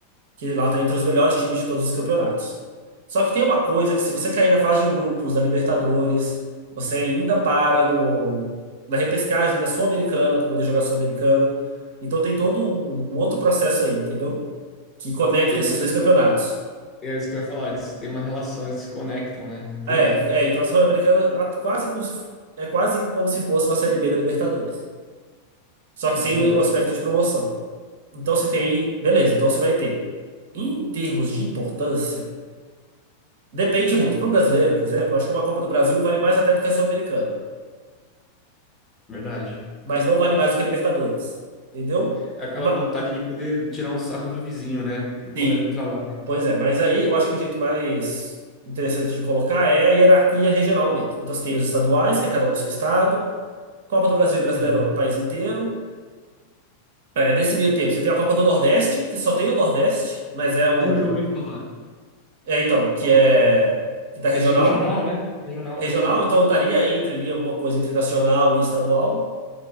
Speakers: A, on the right; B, on the left.
A: que lá está entre os melhores times de todos os campeonatos. Só que tem uma coisa que se você cair na fase de grupos da Libertadores, você ainda para no, na repescagem da Sul-Americana para poder jogar a Sul-Americana. Então tem todo um um outro processo aí, entendeu? Que conecta
B: Tem
A: esses
B: um,
A: dois campeonatos.
B: é isso que eu ia falar, eles têm uma relação, eles se conectam, né? Entendi,
A: É, é, então a Sul-Americana a- quase como se- é quase como se fosse uma Série B da Libertadores. Só que
B: entendi.
A: sem o aspecto de promoção. Então você tem, beleza, então você vai ter. Em termos de importância, Depende muito. Para o brasileiro, por exemplo, eu acho que uma Copa do Brasil vale mais até do que a Sul-Americana.
B: Verdade.
A: Mas não vale mais do que a Libertadores. Entendeu?
B: É aquela
A: Ma-
B: vontade de poder tirar um sarro do vizinho, né? Do colega
A: sim,
B: do trabalho.
A: pois é. Mas aí eu acho que o jeito mais interessante de colocar é a hierarquia regional mesmo. Então você tem os estaduais, que é cada um do seu estado. Copa do Brasil e Brasileirão
B: Uhum.
A: é o país inteiro. É, nesse meio tempo você tem a Copa do Nordeste, que só tem o Nordeste, mas é um.
B: Eu já ouvi falar.
A: É, então, que é. Que tá regional.
B: É de regional, né? Regional,
A: Regional,
B: pois é.
A: então eu estaria entre ali alguma coisa entre nacional e estadual.